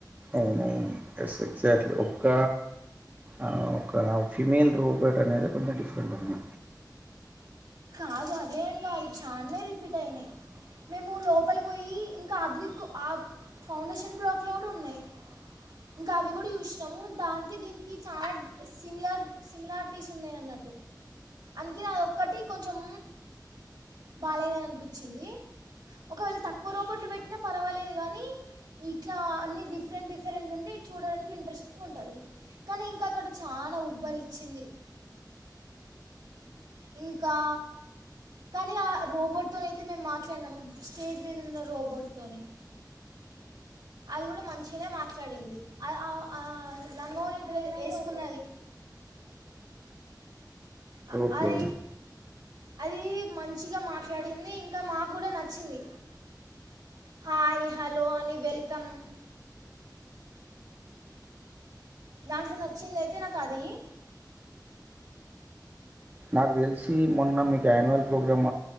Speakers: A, on the right; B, on the right.
A: అవునవును ఎస్ ఎగ్జాక్ట్లీ ఒక్క ఆ ఒక ఫిమేల్ రోబోట్ అనేది కొంచెం డిఫరెంట్గా ఉంది
B: కాదు అదేం గాదు చాననే రిపీట్ అయినాయి మేము లోపలికి పోయి ఇంకా అటుదిక్కు ఆ ఫౌండేషన్ బ్లాక్లో కూడా ఉన్నాయి ఇంకా అవి కూడా చూసినాము దానికి దీనికి చానా సిమిలర్ సిమిలారిటీస్ ఉన్నాయి అన్నట్టు అందుకే అది ఒక్కటి కొంచెం బాలేదని అన్పిచ్చింది ఒకవేళ తక్కువ రోబోట్లు పెట్టినా పర్వాలేదు కానీ ఇట్లా అన్ని డిఫరెంట్ డిఫరెంట్ ఉండి చూడడానికి ఇంట్రెస్టింగ్ ఉంటుంది కానీ ఇంక అక్కడ చాలా ఉబ్బరిచ్చింది ఇన్ కా కానీ ఆ రోబోట్తోనయితే మేం మాట్లాడినాం స్టేజ్ మీద ఉన్న రోబోట్ తోని అది కూడా మంచిగనే మాట్లాడింది ఆ ఆ లంగ ఓణీ డ్రె ఏసుకున్నది అ
A: ఓకే
B: అది అది మంచిగా మాట్లాడింది ఇంకా మాకు కూడా నచ్చింది హాయ్ హలో అని వెల్కమ్ దాంట్లో నచ్చింది ఐతే నాకు అది
A: నాకు తెలిసి మొన్న మీకు యాన్యువల్ ప్రోగ్రామ్